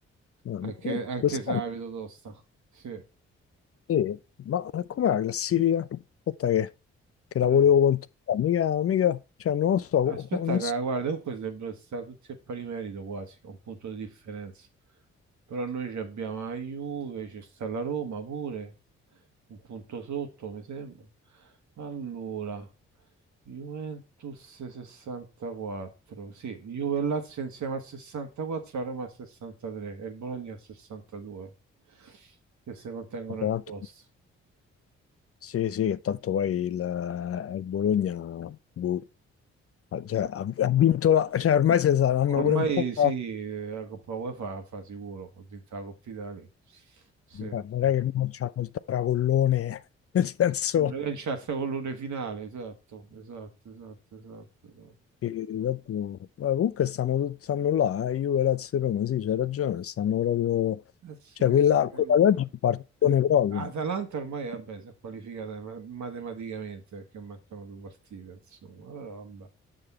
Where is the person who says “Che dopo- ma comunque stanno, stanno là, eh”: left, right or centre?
Left